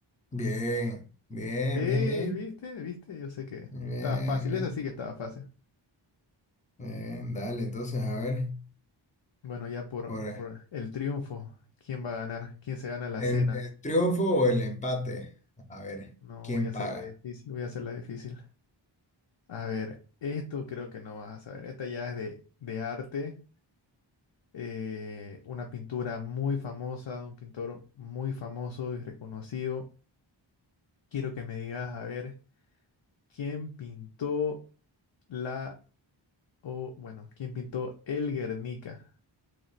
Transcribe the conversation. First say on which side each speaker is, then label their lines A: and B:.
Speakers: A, on the left; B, on the left.
A: Bien, bien,
B: Sí,
A: bien, bien.
B: viste, viste, yo sé que
A: Bien,
B: estaba fácil.
A: bien.
B: Esa sí que estaba fácil.
A: Bien, dale, entonces, a ver.
B: Bueno, ya por,
A: Por
B: por el triunfo, ¿quién va a ganar? ¿Quién se gana la
A: el,
B: cena?
A: el triunfo o el empate. A ver,
B: No
A: ¿quién
B: voy a hacerla
A: paga?
B: difícil, voy a hacerla difícil. A ver, esto creo que no vas a saber. Esta ya es de, de arte, eh, una pintura muy famosa de un pintor muy famoso y reconocido. Quiero que me digas, a ver, ¿quién pintó la, o bueno, quién pintó el Guernica?